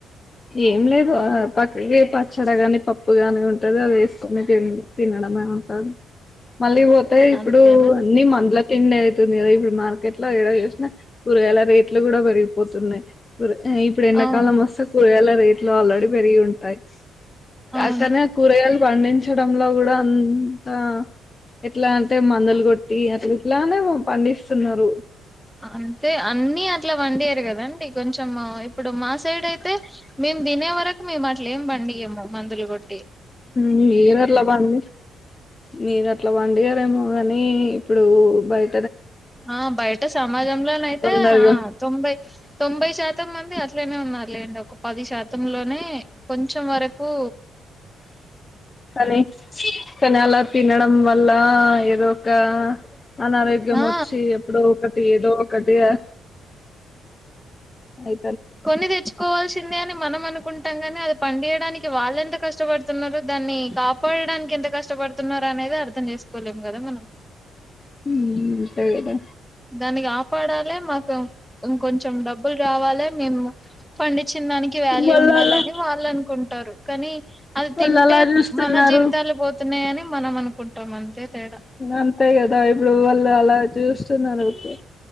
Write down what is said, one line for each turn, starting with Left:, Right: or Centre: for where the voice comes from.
Left: ఏం లేదు ఆ. పక్కకి పచ్చడ గాని పప్పు గాని ఉంటది అది వేస్కొని తిన్ తినడమే ఉంటది మళ్ళీ వోతే ఇప్పుడు
Centre: అంతేనా
Left: అన్ని మంద్లాక్ ఎండైతుంది గద ఇప్పుడు మార్ కెట్ల ఎడ చేసినా కూరగాయల రేట్లు కూడా పేరిగిపోతున్నయ్ ఇప్పుడు ఎండాకాలం
Centre: అవును
Left: ఒస్తే కూరగాయల రేట్లు ఆల్రెడీ పెరిగి ఉంటాయి కాకనే
Centre: అవును
Left: కూరగాయ్లు పండించడంలో గుడ అంత ఎట్ల అంటే మందల్ కొట్టి అట్ల ఇట్లానే పండిస్తున్నారు.
Centre: అంతే అన్నీ అట్ల వండియర్ కదండి కొంచం ఇప్పుడు మా సైడ్ అయితే మేమ్ దినే వరకు మే అట్ లేం బండియమ్మ మందులు కోట్
Left: మీర్ అట్ల బండి మీర్ అట్ల బండియరేమో గానీ ఇప్పుడు బయ్
Centre: ఆ బయట సమాజంలోన అయితే
Left: తొందరగా
Centre: ఆ తొంభై తొంభై శాతం మంది అ ట్లానె ఉన్నార్ లేండ్ ఒక్ పది శాతంలోనే కొంచం వరక్ కు
Left: కని కని అలా తినడం వల్ల ఆ ఏదో ఒక్క అనారోగ్యం
Centre: ఆ
Left: ఒచ్చి ఎప్పుడో ఒకటి ఏదో ఒకటి అ ఐ
Centre: కొన్ని తెచ్చుకోవాల్సిందే అని మనం అనుకుంటాం గానీ అది పండియడానికి వాళ్ళెంత కష్టపడ్తున్నారు దాన్ని కాపాడడన్కి ఎంత కష్టపడ్తున్నారు అనేది అర్థం చేసుకోలేం కదా మనం
Left: ఉమ్ దే కదా
Centre: దాని గాపాడాలే మకుం ఇంకొంచం డబ్బుల్ రావాలే మేము పండి చిన్ననికి వ్యాల్యూ
Left: వాళ్ళు
Centre: ఉండాలని
Left: అలా
Centre: వాళ్ళనుకుంటారు కనీ అది
Left: వాళ్ళు
Centre: తింటే
Left: అలా చూస్తున్నారు
Centre: మన జీవితాలు పోతున్నాయని మనం అనుకుంటం అంతే తేడా
Left: అంతేగదా ఇప్పుడు వాళ్ళు అలా చూస్తున్నారు ఓకే